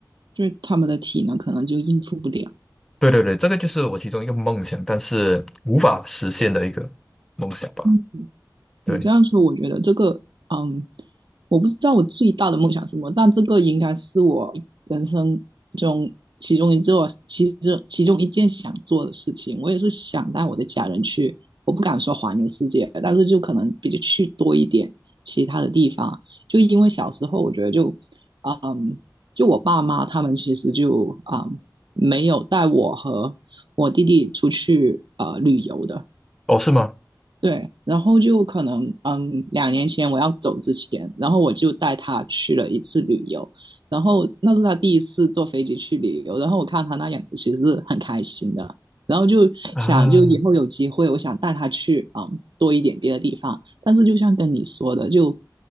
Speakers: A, on the right; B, in the centre.
A: 就是他们的体能可能就应付不了，
B: 对对对，这个就是我其中一个梦想，但是无法实现的一个梦想吧。
A: 嗯
B: 对，
A: 你这样说，我觉得这个，嗯，我不知道我最大的梦想是什么，但这个应该是我人生中其中一做其中其中一件想做的事情。我也是想带我的家人去，我不敢说环游世界，但是就可能比较去多一点其他的地方。就因为小时候，我觉得就，嗯，就我爸妈他们其实就，嗯，没有带我和我弟弟出去呃旅游的。
B: 哦，是吗？
A: 对，然后就可能，嗯，两年前我要走之前，然后我就带他去了一次旅游，然后那是他第一次坐飞机去旅游，然后我看他那样子其实是很开心的，然后就想就以后有机会，
B: 啊，
A: 我想带他去，嗯，多一点别的地方，但是就像跟你说的，就